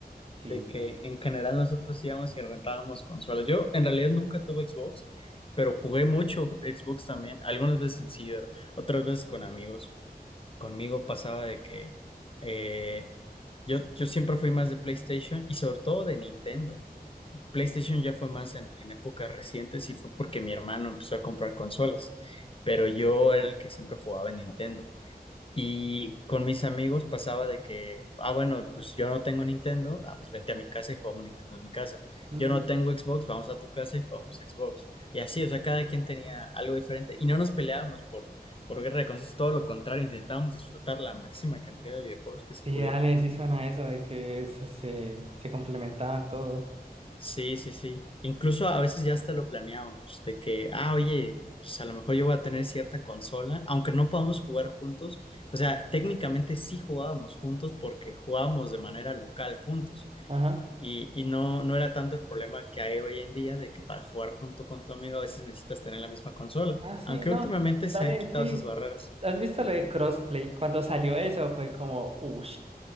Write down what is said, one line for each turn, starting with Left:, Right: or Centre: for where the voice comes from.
Right: Sí,
Left: de que
Right: sí.
Left: en general nosotros íbamos y rentábamos consolas. Yo en realidad nunca tuve Xbox, pero jugué mucho Xbox también, algunas veces en ciber, otras veces con amigos. Conmigo pasaba de que eh, yo, yo siempre fui más de PlayStation y sobre todo de Nintendo. PlayStation ya fue más en, en épocas recientes y fue porque mi hermano empezó a comprar consolas, pero yo era el que siempre jugaba en Nintendo. Y con mis amigos pasaba de que, ah, bueno, pues yo no tengo Nintendo, ah, pues vente a mi casa y jugamos Nintendo en mi casa.
Right: Mm,
Left: Yo no tengo Xbox, vamos a tu casa y jugamos Xbox. Y así, o sea, cada quien tenía algo diferente y no nos peleábamos por, por guerra de consolas, todo lo contrario, intentábamos disfrutar la máxima cantidad de videojuegos que se
Right: sí,
Left: pudiera.
Right: dale, sí suena eso de que se, se, se complementaban todos.
Left: Sí, sí, sí. Incluso a veces ya hasta lo planeábamos, de que, ah, oye, pues a lo mejor yo voy a tener cierta consola, aunque no podamos jugar juntos. O sea, técnicamente sí jugábamos juntos porque jugábamos de manera local juntos.
Right: Ajá.
Left: Y, y no, no era tanto el problema que hay hoy en día de que para jugar junto con tu amigo a veces necesitas tener la misma consola,
Right: Ah, sí,
Left: aunque
Right: no,
Left: últimamente se
Right: dale,
Left: han quitado
Right: sí.
Left: esas barreras.
Right: ¿Has visto lo de crossplay? Cuando salió eso fue como, uff,